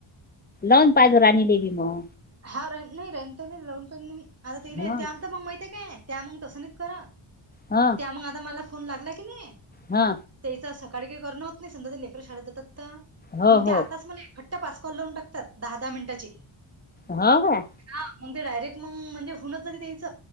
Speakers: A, on the left (about 20°); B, on the right (about 30°).
A: लंग पाजो राणी ललेब म
B: हा र नाही रनता लवून पण मी आता ते
A: ह
B: त्या आम मग माहितीय काय त्या मग तसं नाहीच करा
A: हा
B: त्या मग आता मला फोन लागला की नाही
A: हा
B: तेच सकाळी काही करणं होत नाही सधा ते कर शाळेत जातात तर
A: हो
B: मग ते
A: हो
B: आताच मला त्या पासकॉल लावून टकतात दहा दहा मिनिटाची
A: हा का
B: हा मग ते डायरेक्ट मग म्हणजे होनच झाली त्याच